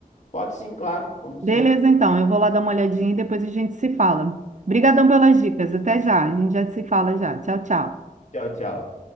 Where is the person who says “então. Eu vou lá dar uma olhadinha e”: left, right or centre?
Right